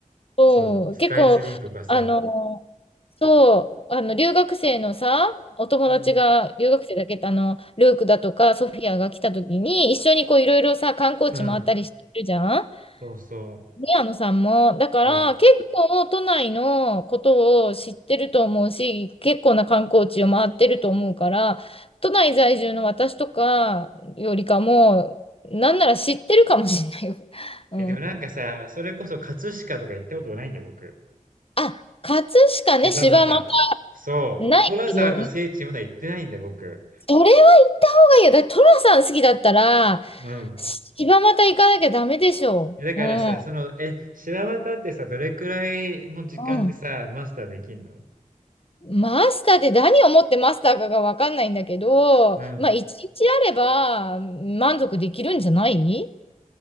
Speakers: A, on the left; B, on the right.
A: そう、
B: そう、スカイツリーとかさ。
A: 結構、あの、そう、あの、留学生のさ、お友達が、
B: うん。
A: 留学生だけ、あの、ルークだとか、ソフィアが来た時に、一緒にこう、いろいろさ、観光地回ったりしてるじゃん
B: うん。そうそう。
A: 宮野さんも。だから、
B: そう
A: 結構、都内のことを知ってると思うし、結構な観光地を回ってると思うから、都内在住の私とかよりかも、なんなら知ってるかもしれないよ。<laughs> うん。
B: え、でもなんかさ、それこそ葛飾とか行ったことがないんだよ、僕。
A: あ、葛飾ね、
B: 柴又。
A: 柴又。
B: そう。
A: ないけど、
B: 寅さんの聖地まだ行ってないんだよ、僕。
A: それはいや、だトラさん好きだったら、
B: うん。
A: 柴又行かなきゃダメでしょう。
B: だからさ、
A: うん。
B: その、え、柴又ってさ、どれくらいの時間でさ、
A: うん。
B: マスターできんの
A: マスターって何をもってマスターかがわかんないんだけど、
B: うん。
A: まあ一日あれば満足できるんじゃない